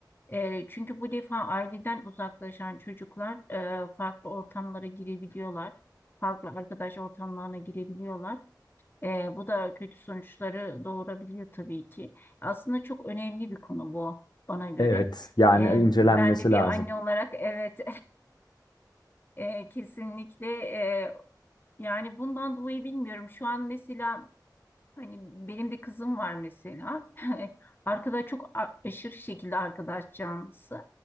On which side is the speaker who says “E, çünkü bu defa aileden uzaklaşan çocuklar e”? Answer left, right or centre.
Left